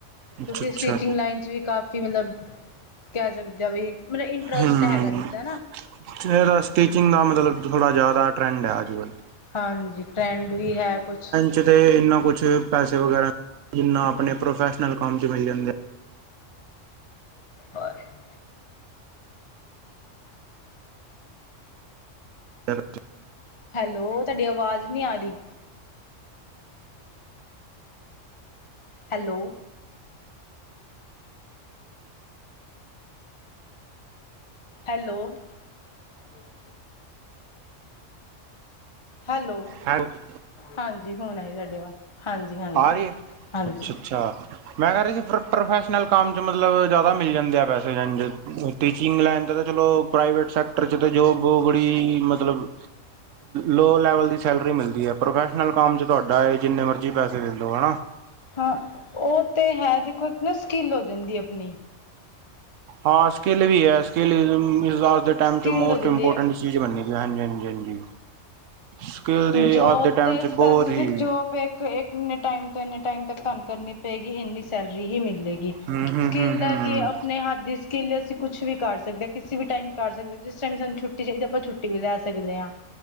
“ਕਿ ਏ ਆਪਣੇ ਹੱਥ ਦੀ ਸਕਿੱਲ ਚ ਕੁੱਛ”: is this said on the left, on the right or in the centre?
Left